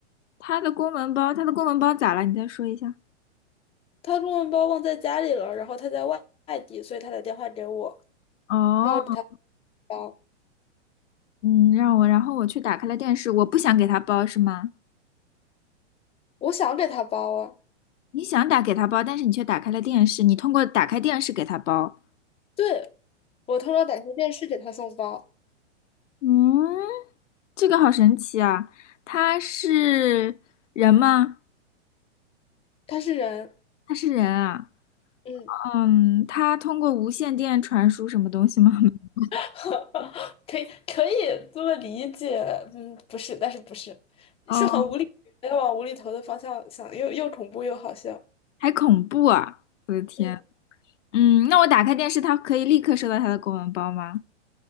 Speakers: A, on the left; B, on the left.
A: 他的公文包，他的公文包咋了？你再说一下。
B: 他公文包忘在家里了，然后他在外外地，所以他打电话给我，
A: 哦，
B: 让我给他包。
A: 嗯，让我，然后我去打开了电视，我不想给他包是吗？
B: 我想给他包啊，
A: 你想打给他包，但是你却打开了电视，你通过打开电视给他包。
B: 对，我偷偷打开电视给他送包，
A: 嗯，这个好神奇啊！他是人吗？
B: 他是人。
A: 他是人啊。
B: 嗯。
A: 嗯，他通过无线电传输什么东西吗？<laughs>
B: <laughs> 可以可以这么理解，嗯，不是，但是不是，
A: 哦，
B: 是很无厘，要往无厘头的方向想，又又恐怖又好笑，
A: 还恐怖啊！我的天。
B: 嗯，
A: 嗯，那我打开电视，它可以立刻收到它的公文包吗？